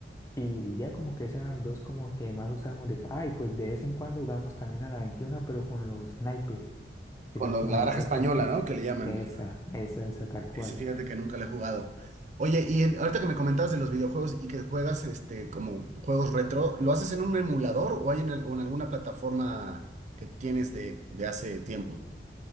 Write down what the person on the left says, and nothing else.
Y ya como que esas eran las dos como que más usábamos de... Ah, y pues de vez en cuando jugamos también a la 21 pero con los naipes, que
son
como
las
otras
cartas.
Esa, esa, esa, tal cual.